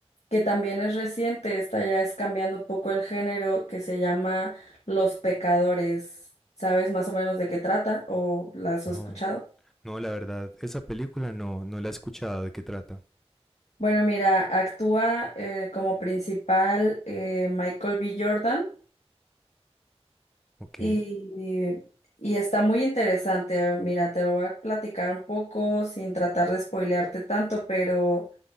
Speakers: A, on the left; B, in the centre.
A: que también es reciente, esta ya es cambiando un poco el género, que se llama Los Pecadores. ¿Sabes más o menos de qué trata o la has
B: No,
A: escuchado?
B: no, la verdad, esa película no, no la he escuchado, ¿de qué trata?
A: Bueno, mira, actúa eh, como principal eh, Michael B. Jordan
B: Ok,
A: y, y está muy interesante. Mira, te lo voy a platicar un poco sin tratar de spoilearte tanto, pero